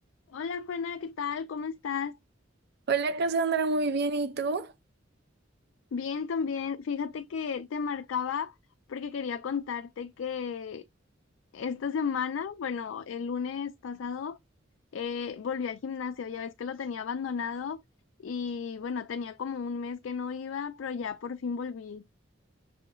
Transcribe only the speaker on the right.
Hola Cassandra, muy bien, ¿y tú?